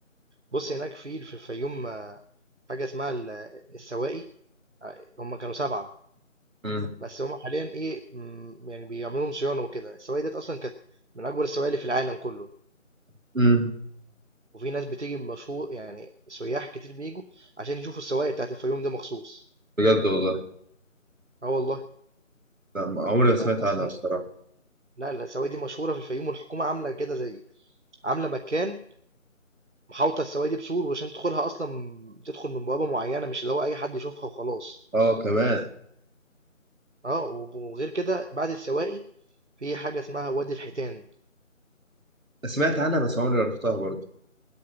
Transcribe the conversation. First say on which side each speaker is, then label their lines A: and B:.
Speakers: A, on the right; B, on the right.
A: بُص هناك في في الفيوم آه، حاجة اسمها ال السواقي، ع هُم كانوا 7.
B: امم
A: بس هما حاليا ايه مم، يعني بيعملوا لهم صيانه وكده السواقي ديت اصلا كانت من اكبر السواقي اللي في العالم كله
B: امم
A: وفي ناس بتيجي مشهور يعني سياح كتير بيجوا عشان يشوفوا السواقي بتاعت الفيوم ده مخصوص
B: بجد والله
A: اه والله
B: لا ما- عمري ما سمعت
A: ده
B: عنها
A: اصلا
B: الصراحه
A: لا لا السواقي دي مشهوره في الفيوم والحكومه عامله كده زي عامله مكان محاوطه السواقي دي بسور وعشان تدخلها اصلا تدخل من بوابه معينه مش اللي هو اي حد يشوفها وخلاص
B: اه كمان
A: اه وب- وغير كده بعد السواقي في حاجه اسمها وادي الحيتان
B: سمعت عنها بس عمري ما رحتها برضه